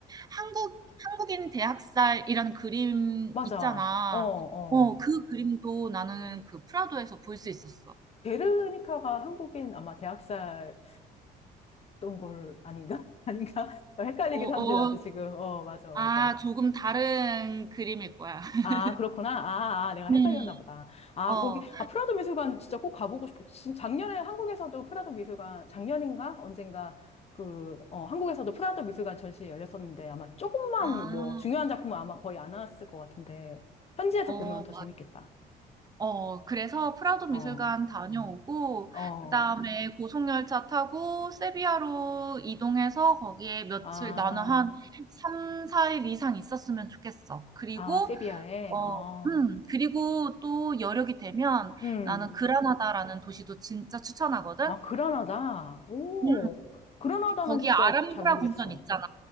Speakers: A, on the right; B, on the left.
A: 한국 한국인 대학살이라는 그림
B: 맞아.
A: 있잖아.
B: 어, 어.
A: 어 그 그림도 나는 그 프라도에서 볼 수 있었어.
B: 게르니카가 한국인 아마 대학살이었던 걸 아닌가? <laughs> 아닌가? 헷갈리긴
A: 어어.
B: 한데, 나도 지금. 어, 맞아, 맞아.
A: 아 조금 다른 그림일 거야. <laughs>
B: 아, 그렇구나. 아, 아, 내가
A: 음.
B: 헷갈렸나 보다. 아,
A: 어.
B: 거기, 아, 프라도 미술관 진짜 꼭 가보고 싶어. 진- 작년에 한국에서도 프라도 미술관, 작년인가? 언젠가, 그, 어, 한국에서도 프라도 미술관 전시 열렸었는데 아마 조금만
A: 아.
B: 뭐, 중요한 작품은 아마 거의 안 나왔을 것 같은데, 현지에서
A: 어
B: 보면 더
A: 맞
B: 재밌겠다.
A: 어 그래서 프라도
B: 어,
A: 미술관 다녀오고
B: 어,
A: 그다음에 고속열차 타고 세비야로 이동해서 거기에 며칠
B: 아,
A: 나는 한 3-4일 이상 있었으면 좋겠어. 그리고
B: 아, 세비야에,
A: 어
B: 어,
A: 음 그리고 또 여력이 되면
B: 음.
A: 나는 그라나다라는 도시도 진짜 추천하거든.
B: 아, 그라나다. 오,
A: 음.
B: 그라나다는
A: 거기
B: 진짜
A: 아람브라
B: 잘 모르겠어.
A: 궁전 있잖아.